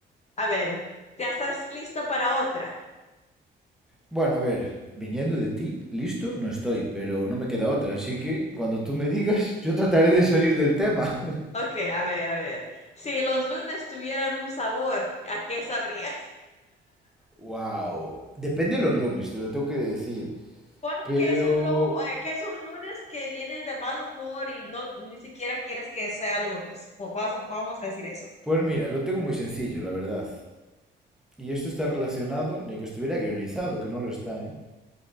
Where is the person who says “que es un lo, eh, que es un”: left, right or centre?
Left